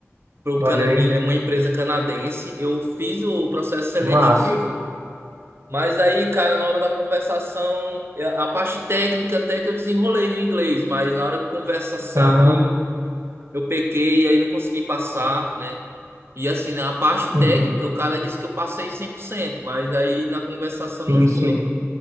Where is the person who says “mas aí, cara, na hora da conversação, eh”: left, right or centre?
Right